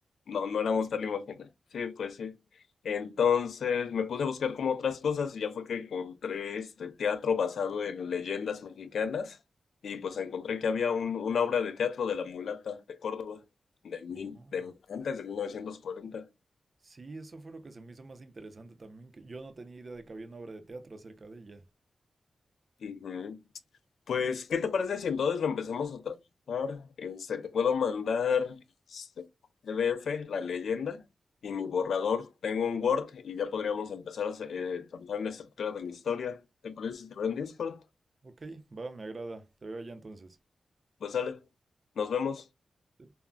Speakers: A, on the left; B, on the right.
A: No, no éramos
B: Sí, sí,
A: tan imaginativos.
B: sí.
A: Sí, pues sí. Entonces me puse a buscar como otras cosas y ya fue que encontré este teatro basado en leyendas mexicanas y pues encontré que había un- una obra de teatro de La Mulata de Córdoba de, mil,
B: Oh.
A: de antes de 1940.
B: Sí, eso fue lo que se me hizo más interesante también, que yo no tenía idea de que había una obra de teatro acerca de ella.
A: Ujú. Pues, ¿qué te parece si entonces lo empezamos a trabajar? Este, te puedo mandar este PDF, la leyenda y mi borrador. Tengo un Word y ya podríamos empezar a hacer- eh, trabajar en la estructura de la historia. ¿Te parece si te veo en Discord?
B: Ok, va, me agrada. Te veo allá entonces.
A: Pues sale. Nos vemos.
B: Sí,